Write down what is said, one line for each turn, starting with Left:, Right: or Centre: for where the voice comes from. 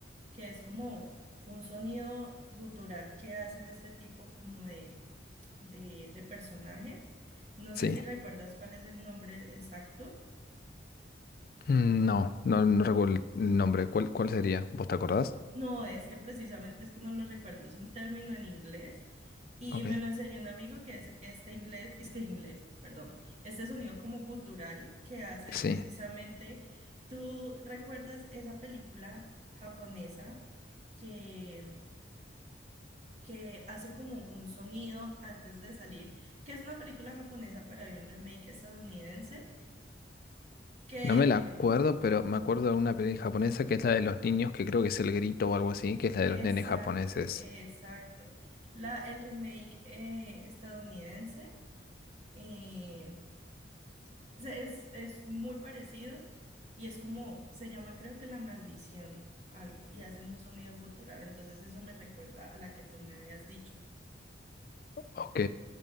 Right: que es como un sonido gutural que hacen este tipo como de de, de personajes. No
Left: sí.
Right: sé si recuerdas cuál es el nombre exacto.
Left: Mm, No, no, no recuerdo el nombre. ¿Cuál, cuál sería? ¿Vos te acordás?
Right: No, es que precisamente es que no lo recuerdo. Es un término en inglés y
Left: Ok.
Right: me lo enseñó un amigo que es este inglés, es que inglés, perdón, este sonido como gutural que hace
Left: Sí,
Right: precisamente, ¿tú recuerdas esa película japonesa que, que hace como un sonido antes de salir? Que es una película japonesa, pero hay un remake estadounidense que
Left: no me la acuerdo, pero me acuerdo de una película japonesa que es la de los niños, que creo que es El Grito o algo así, que es la
Right: Exacto,
Left: de los nenes japoneses.
Right: exacto. La, el remake eh, estadounidense eh, se- es, es muy parecido y es como, se llama creo que La Maldición, algo, y hacen un sonido gutural, entonces eso me recuerda a la que tú me habías dicho.
Left: Ok.